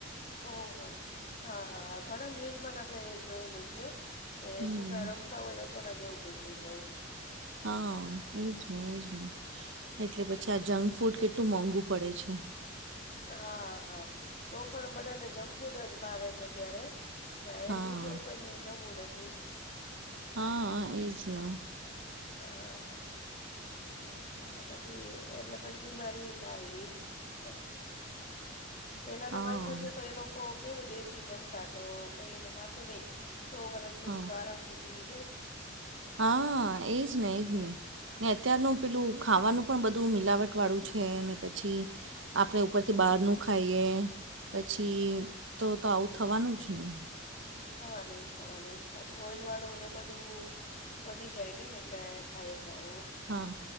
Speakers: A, on the left (about 40°); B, on the right (about 65°).
A: ઓહો! હા, હા ઘણા ન્યૂઝમાં ને આપણે જોયેલું છે. કે
B: હમ.
A: છોકરા રમતા હોય ને અચાનક એવું કંઈક થઇ જાય.
B: હા એજ ને, એજ ને એટલે પછી આ જંકફૂડ કેટલું મોંઘું. પડે છે.
A: હા, હા તો પણ બધાને જંકફૂડ જ ભાવે છે અત્યારે. ને હેલ્ધી
B: હા.
A: છે એ કોઈકને જમવું નથી.
B: હા હા એજને.
A: આ હા હા એટલે પછી એટલે પછી બીમારી થાય તો પેલા
B: હા.
A: ના માણસો છે તો એ લોકો કેવું દેશી જમતા તો કઈ એને થ - નહી સો વર્ષ સુધી
B: હા.
A: તો આરામથી જીવી જાય.
B: હા એજ ને એજ નહીં અત્યારનું પેલું
A: હા
B: ખાવાનું, પણ બધું મિલાવટ વાળું છે, ને પછી આપણે ઉપરથી બહારનું ખાઈએ. પછી તો તો આવું થવાનું જ ને.
A: થવાનું જ, થવાનું જ પાછું ઓઇલવાળું ને એ બધું વધી જાય ને એટલે થાય જ આવું. તો
B: હા